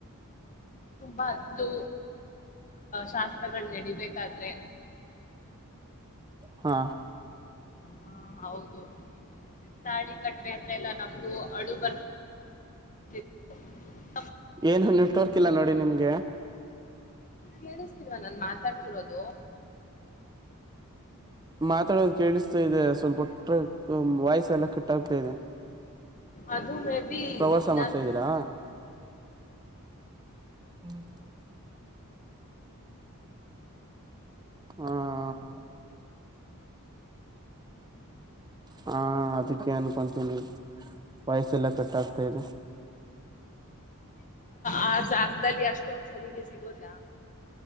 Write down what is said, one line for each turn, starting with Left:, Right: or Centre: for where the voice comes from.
Left: ತುಂಬಾ ಅತ್ಲು ಶಾಸ್ತ್ರಗಳು ನಡಿಬೇಕಾದ್ರೆ.
Right: ಹಾ
Left: ಹಾ ಹೌದು ತಾಳಿ ಕಟ್. ದ್ರೆ ಎಲ್ಲ ನಮಗೂ ಅಳು ಬರತ್. <inaudible>
Right: ಏನು ನೆಟ್ವರ್ಕ್ ಇಲ್ಲ ನೋಡಿ ನಿಮ್ಗೆ.
Left: ಕೇಳಿಸ್ತಿಲ್ವಾ ನಾನ ಮಾತಾಡ್ತಿರೋದು.
Right: ಮಾತಾಡೋದು ಕೇಳಿಸ್ತಾ ಇದೆ ಸ್ವಲ್ಪಟ್ಟ್ರ. ವಾಯ್ಸ್ ಎಲ್ಲ ಕಟ್ಟ ಆಗ್ತಾ ಇದೆ.
Left: ಅದು ಮೇ. ಬಿ
Right: ಪ್ರವಾಸ
Left: ನಾನು
Right: ಮಾಡ್ತಾ ಇದೀರಾ. ಹ್ಮ. ಹಾ ಹಾ ಹಾ ಅದಕ್ಕೆ ಅನ್ಕೊಂತೀನಿ ವೈಸ್ ಎಲ್ಲ ಕಟ್ಟ ಆಗ್ತಾ ಇದೆ.
Left: ಆ ಜಾಗದಲ್ಲಿ ಅಷ್ಟೊಂದು ಸರಿಗೆ ಸಿಗೋದ್ನ.